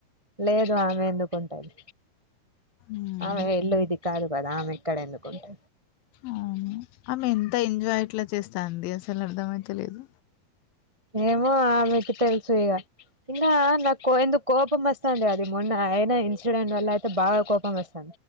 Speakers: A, on the right; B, on the left.
A: లేదు ఆమె ఎందుకుంటది
B: ఉమ్
A: ఆమె ఇల్లు ఇది కాదు కదా ఆమె ఇక్కడ ఎందుకుంటది
B: అవును ఆమె ఎంత ఎంజాయ్ అట్లా చేస్తాంది అసలు అర్థ అయిత లేదు
A: ఏమో ఆమెకి తెలుసు ఇగ నిన్న నాకు ఎందుకు కోపం వస్తాంది అది మొన్న అయిన ఇన్సిడెంట్ వల్ల అయితే బాగా కోపం వస్త